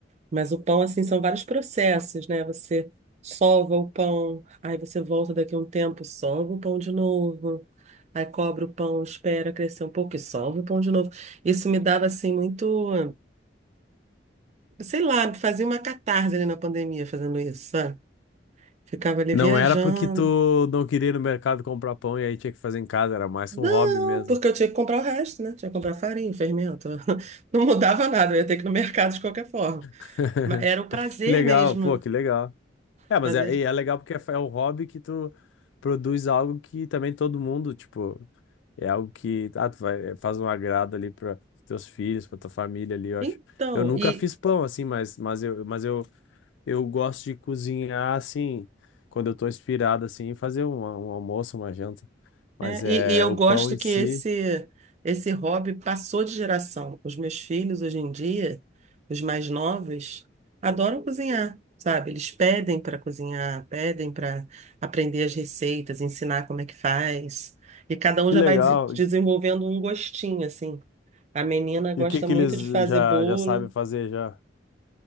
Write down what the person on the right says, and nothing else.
mas o pão assim são vários processos, né? Você sova o pão, aí você volta daqui a um tempo, sova o pão de novo. Aí cobre o pão, espera crescer um pouco e sova o pão de novo. Isso me dava assim muito, sei lá, fazia uma catarse ali na pandemia fazendo isso, sabe? Ficava ali
viajando.
Não,
porque eu tinha que comprar o resto, né? Tinha que comprar farinha, fermento. <laughs> Não mudava nada, eu ia ter que ir no mercado de qualquer forma.
Mas era o prazer
mesmo.
Prazer.
Então,
e
É,
e, e eu
gosto
que
esse esse hobby passou de geração. Os meus filhos hoje em dia, os mais novos, adoram cozinhar, sabe? Eles pedem para cozinhar, pedem para aprender as receitas, ensinar como é que faz. E cada um
já
vai des- desenvolvendo um gostinho, assim. A menina gosta
muito
de fazer
bolo.